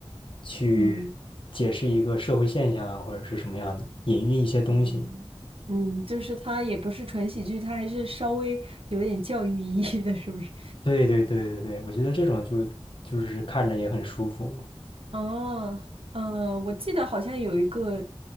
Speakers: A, on the left; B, on the right.
A: 去解释一个社会现象啊，
B: 嗯
A: 或者是什么样的，隐喻一些东西。
B: 嗯，嗯，就是它也不是纯喜剧，它还是稍微有点教育意义的，是不是？
A: 对对对对对，我觉得这种就就是看着也很舒服。
B: 哦，嗯，我记得好像有一个，